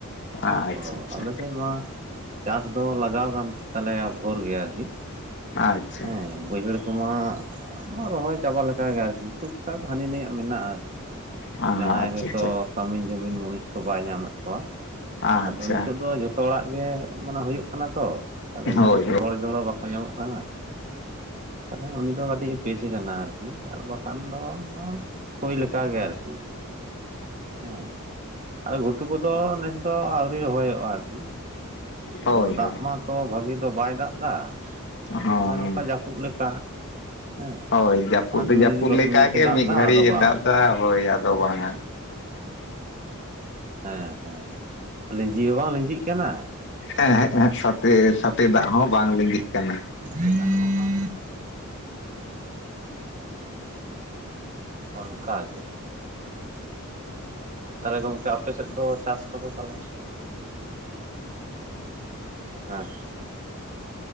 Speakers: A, on the left (about 55°); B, on the right (about 35°).
A: ᱟᱪᱪᱷᱟ
B: ᱚ
A: ᱟᱪᱪᱷᱟ
B: ᱟᱞᱮ ᱥᱮᱜ ᱢᱟ ᱪᱟᱥ ᱫᱚ ᱞᱟᱜᱟᱣ ᱠᱟᱱ ᱛᱟᱞᱮᱭᱟ ᱵᱷᱳᱨ ᱜᱮ ᱟᱨᱠᱤ
A: ᱟᱪᱪᱷᱟ
B: ᱦᱮᱸ ᱵᱟᱹᱭᱦᱟᱹᱲ ᱛᱚᱢᱟ ᱨᱚᱦᱚᱭ ᱪᱟᱵᱟ ᱞᱮᱠᱟᱜᱮ ᱟᱨᱠᱤ ᱴᱩᱠ ᱴᱟᱠ ᱦᱟᱹᱱᱤ ᱱᱟᱹᱭᱟᱜ ᱢᱮᱱᱟᱜᱼᱟ ᱟᱨᱠᱤ ᱾
A: ᱟᱪᱪᱷᱟ
B: ᱡᱟᱦᱟᱸᱭ ᱦᱚᱭᱛᱳ
A: ᱟᱪᱪᱷᱟ
B: ᱠᱟᱹᱢᱤᱱ ᱡᱩᱢᱤᱱ ᱢᱩᱱᱤᱥ ᱠᱚ ᱵᱟᱭ ᱧᱟᱢᱮᱜ ᱠᱚᱣᱟ
A: ᱟᱪᱪᱷᱟ
B: ᱟᱫᱚ ᱱᱤᱛᱟᱹᱜ ᱫᱚ ᱡᱷᱚᱛᱚ ᱦᱚᱲᱟᱜ ᱜᱮ ᱢᱟᱱᱮ ᱦᱩᱭᱩᱜ ᱠᱟᱱᱟ ᱛᱚ ᱛᱟᱦᱚᱞᱮ ᱤᱱᱟᱹ
A: ᱦᱳᱭ
B: ᱠᱷᱟᱹᱛᱤᱨ
A: ᱦᱳᱭ
B: ᱦᱚᱲ ᱡᱚᱲ ᱦᱚᱸ ᱵᱟᱠᱚ ᱧᱟᱢᱚᱜ ᱠᱟᱱᱟ ᱛᱟᱦᱚᱞᱮ ᱩᱱᱤ ᱫᱚ ᱠᱟᱹᱴᱤᱡ ᱯᱮᱡ ᱠᱟᱱᱟ ᱟᱨᱠᱤ ᱟᱨ ᱵᱟᱠᱷᱟᱱ ᱫᱚ ᱱᱚᱣᱟ ᱦᱳᱭ ᱞᱮᱠᱟᱜᱮ ᱟᱨᱠᱤ ᱾ ᱦᱮᱸ ᱟᱫᱚ ᱜᱷᱩᱴᱩ ᱠᱚᱫᱚ ᱱᱮᱥ ᱫᱚ ᱟᱣᱨᱤ ᱨᱚᱦᱚᱭᱚᱜᱼᱟ, ᱟᱨᱠᱤ
A: ᱦᱳᱭ
B: ᱟᱫᱚ ᱫᱟᱜ
A: ᱦᱳᱭ
B: ᱢᱟᱛᱚ ᱵᱷᱟᱜᱤ ᱫᱚ ᱵᱟᱭ ᱫᱟᱜ ᱫᱟ
A: ᱦᱚᱸ
B: ᱱᱚᱜ-ᱚᱭ ᱱᱚᱝᱠᱟ ᱡᱟᱯᱩᱫ ᱞᱮᱠᱟ ᱦᱮᱸ
A: ᱦᱳᱭ ᱡᱟᱹᱯᱩᱫ
B: ᱯᱟᱸᱪ
A: ᱫᱚ ᱡᱟᱹᱯᱩᱫ
B: ᱢᱤᱱᱤᱴ ᱫᱚᱥ
A: ᱞᱮᱠᱟᱜᱮ
B: ᱢᱤᱱᱤᱴᱮ ᱫᱟᱜ
A: ᱢᱤᱫ
B: ᱫᱟ
A: ᱜᱷᱟᱹᱲᱤᱡ
B: ᱟᱫᱚ
A: ᱮ
B: ᱵᱟᱝ
A: ᱫᱟᱜ ᱮᱫᱟ ᱦᱳᱭ ᱟᱫᱚ ᱵᱟᱝᱟ
B: ᱦᱮᱸ ᱦᱮᱸ ᱦᱮᱸ ᱞᱤᱸᱡᱤ ᱦᱚᱸ ᱵᱟᱝ ᱞᱤᱸᱡᱤᱜ ᱠᱟᱱᱟ ᱾
A: ᱮᱸ ᱦᱮᱜ ᱮᱸ ᱦᱮᱜ ᱥᱟᱛᱮ ᱥᱟᱛᱮ ᱫᱟᱜ ᱦᱚᱸ ᱵᱟᱝ ᱞᱤᱸᱜᱤᱜ ᱠᱟᱱᱟ ᱾
B: <inaudible> ᱚᱱᱠᱟ ᱜᱮ᱾ ᱛᱟᱦᱚᱞᱮ ᱜᱚᱝᱠᱮ ᱟᱯᱮᱥᱮᱫ ᱫᱚ ᱪᱟᱥ ᱠᱚᱫᱚ ᱛᱟᱦᱚᱞᱮ? ᱟᱪᱪᱷᱟ᱾